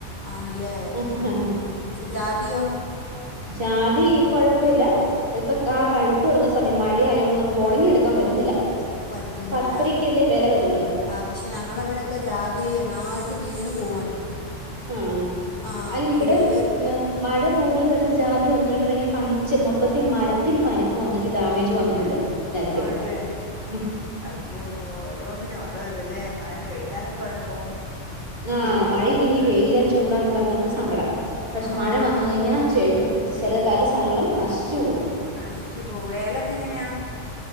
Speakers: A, on the left; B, on the right.
A: ആണല്ലേ
B: ങ്ങ്ഹാ ഹാ
A: ജാതിയോ
B: ജാതി കുഴപ്പം ഇല്ല. അതിപ്പോ കാ പഴു തുടങ്ങുന്ന സമയം മഴയായോണ്ട് നമുക്ക് ഒണങ്ങിഎടുക്കാൻ പറ്റുന്നില്ല
A: പറ്റുന്നില്ല
B: പത്തരക്കല്ലേ വില വരുന്നേ
A: ആ പക്ഷേ ഞങ്ങളവിടൊക്കെ ജാതി ന്നായിട്ട് വീണ്- പോവാണ്
B: ആ
A: ആ
B: അല്ല ഇവിടേം
A: ഫുള്ള്
B: മഴ കൂ <unintelligible> വരുന്ന ജാതി ഒന്ന് ര <unintelligible> ഇങ്ങനെ പനിച്ചു മൊത്തത്തി മര ത്തിന് <unintelligible> പനിപ്പു വന്നിട്ട് ഡാമേജ് വന്നിട്ടുണ്ട് നേരത്തെ
A: ആണല്ലേ
B: ഇവിടെ ഉം
A: അയ്യോ ഓരോന്നിനും ഓരോതല്ലേ മഴപെയ്താലും കുഴപ്പം
B: ങാ
A: പി
B: മഴയില്ലെങ്കി
A: ആ
B: വെയിലാ ചൂടാ എന്നും പറഞ്ഞ് നമുക്ക് സങ്കടം പക്ഷേ
A: ആ,
B: മഴ വന്നു കഴിഞ്ഞാൽ
A: ന-
B: ചെയ്ത ചില പല സാധനങ്ങളും നശിച്ചുപോകും
A: നശിച്ചുപോവും ഏലക്ക എങ്ങനെയാ